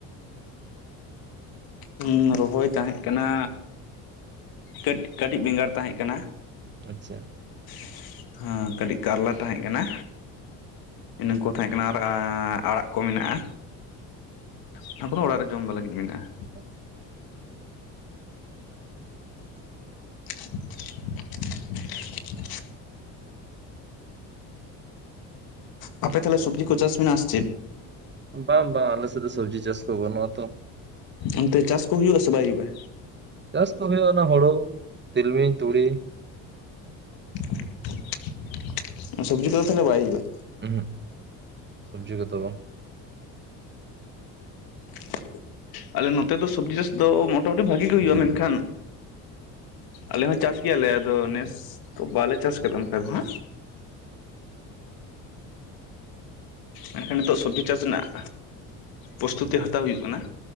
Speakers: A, on the left; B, on the right.
A: <inaudible> ᱨᱚᱦᱚᱭ ᱛᱟᱦᱮᱸᱜ ᱠᱟᱱᱟ ᱠᱟᱹᱴ ᱠᱟᱹᱴᱤᱡ ᱵᱤᱸᱜᱟᱲ ᱛᱟᱦᱮᱸᱡ ᱠᱟᱱᱟ᱾
B: ᱟᱪᱪᱷᱟ,
A: <inaudible> ᱠᱟᱹᱴᱤᱡ ᱠᱟᱞᱞᱟ ᱛᱟᱦᱮᱸ ᱠᱟᱱᱟ᱾ ᱤᱱᱟᱹ ᱠᱚ ᱛᱟᱦᱮᱸ ᱠᱟᱱᱟ ᱟᱨ <inaudible> ᱟᱲᱟᱜ ᱠᱚ ᱢᱮᱱᱟᱜᱼᱟ᱾ ᱚᱱᱟ ᱠᱚᱫᱚ ᱚᱲᱟᱜ ᱨᱮ ᱡᱚᱢ ᱞᱟᱹᱜᱤᱫ ᱢᱮᱱᱟᱜᱼᱟ᱾
B: <inaudible>
A: <inaudible> ᱟᱯᱮ ᱛᱷᱟᱞᱮ ᱥᱚᱵᱽᱡᱤ ᱠᱚ ᱪᱟᱥ ᱢᱮᱱᱟᱜ-ᱟ ᱥᱮ ᱪᱮᱜ?
B: ᱵᱟᱝ ᱵᱟ ᱟᱞᱮ ᱥᱮᱫ ᱫᱚ ᱥᱚᱵᱽᱡᱤ ᱪᱟᱥ ᱠᱚ ᱵᱟᱹᱱᱩᱜᱼᱟ ᱛᱚ᱾
A: ᱚᱱᱛᱮ ᱪᱟᱥ ᱠᱚ ᱦᱩᱭᱩᱜ-ᱟ ᱥᱮ ᱵᱟᱭ ᱦᱩᱭᱩᱜᱼᱟ?
B: ᱪᱟᱥ ᱠᱚ ᱦᱳᱭᱳᱜ-ᱟ ᱚᱱᱟ ᱦᱳᱲᱳ ᱛᱤᱞᱢᱤᱧ ᱛᱩᱲᱤ᱾
A: <inaudible> ᱥᱚᱵᱽᱡᱤ ᱠᱚᱫᱚ ᱛᱟᱦᱞᱮ ᱵᱟᱭ ᱦᱩᱭᱩᱜᱼᱟᱭ?
B: ᱩᱸ ᱦᱩᱜ ᱥᱚᱵᱽᱡᱤ ᱠᱚᱫᱚ ᱵᱟᱝ᱾
A: <inaudible> ᱟᱞᱮ ᱱᱚᱛᱮ ᱫᱚ ᱥᱚᱵᱽᱡᱤ ᱪᱟᱥ ᱫᱚ ᱢᱳᱴᱟᱢᱩᱴᱤ ᱵᱷᱟᱜᱤ ᱜᱮ ᱦᱩᱭᱩᱜᱼᱟ ᱢᱮᱱᱠᱷᱟᱱ ᱟᱞᱮ ᱦᱚᱸ ᱪᱟᱥ ᱜᱮᱭᱟᱞᱮ ᱟᱫᱚ ᱱᱮᱥ ᱛᱚ ᱵᱟᱞᱮ ᱪᱟᱥ ᱠᱟᱫᱟ᱾ <inaudible> ᱢᱮᱱᱠᱷᱟᱱ ᱱᱤᱛᱚᱜ ᱥᱚᱵᱽᱡᱤ ᱪᱟᱥ ᱨᱮᱱᱟᱜ ᱯᱚᱥᱛᱩᱛᱤ ᱦᱟᱛᱟᱣ ᱦᱩᱭᱩᱜ ᱠᱟᱱᱟ᱾